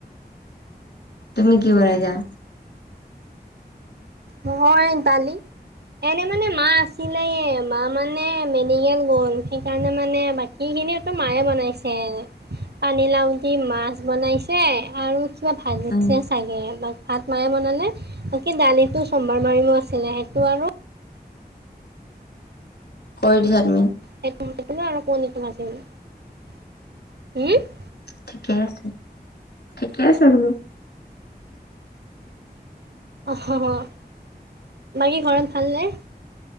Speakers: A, on the left (about 75°); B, on the right (about 75°).
A: তুমি কি কৰাইছা
B: নয় তালি এনে মানে মা আছিলে মা মানে মেডিকেল গ'ল সেইকাৰণে মানে সিখিনিো মায়ে বনাইছে পানীলাও দি মাছ বনাইছে আৰু কিবা ভাজিছে
A: উম,
B: চাগে ভাত মাৰে বনালে ব সেই দালিটো মাৰিমো আছিলে সেইটো আৰু
A: কৰি দিছা তুমি
B: সেইটোো আৰু ক ন নাছিল উম
A: ঠিকে আছে ঠিকে আছে বোলো
B: অ বাকী ঘৰত ভালনে